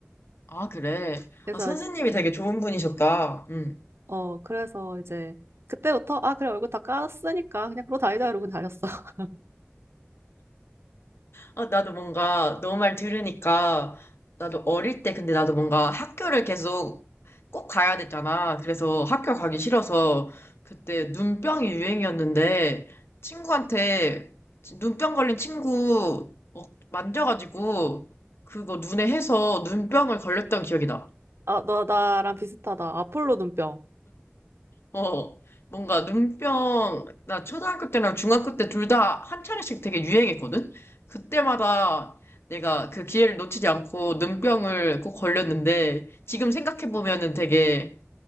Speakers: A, on the left (about 75°); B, on the right (about 85°).
A: 아, 그래.
B: 그래서
A: 아, 선생님이
B: 이제-
A: 되게 좋은 분이셨다. 응.
B: 어 그래서 이제 그때부터 아 그래 얼굴 다 깠으니까 그냥 그러고 다니자 이러고 다녔어. <laughs>
A: 아, 나도 뭔가 너 말 들으니까 나도 어릴 때 근데 나도 뭔가 학교를 계속 꼭 가야 됐잖아. 그래서 학교 가기 싫어서 그때 눈병이 유행이었는데 친구한테 지- 눈병 걸린 친구 어, 만져가지고 그거 눈에 해서 눈병을 걸렸던 기억이 나.
B: 아 너 나랑 비슷하다. 아폴로 눈병.
A: 어, 뭔가 눈병, 나 초등학교 때랑 중학교 때 둘 다 한 차례씩 되게 유행했거든? 그때마다 내가 그 기회를 놓치지 않고 눈병을 꼭 걸렸는데, 지금 생각해보면은 되게,